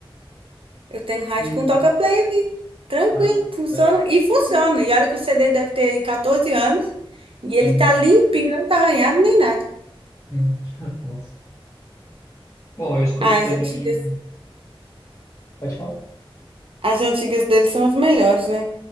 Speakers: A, on the right; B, on the left.
A: Eu tenho rádio
B: E
A: com toca-play ali. Tranquilo,
B: Ah,
A: funciona.
B: é.
A: E funciona. E olha que o CD deve ter aí 14 anos. E ele
B: Hum,
A: tá limpinho, não tá arranhado nem nada.
B: hum. <laughs> Nossa. Bom, eu escuto
A: Ah,
B: também.
A: as antigas,
B: Pode falar?
A: as antigas deles são as melhores, né?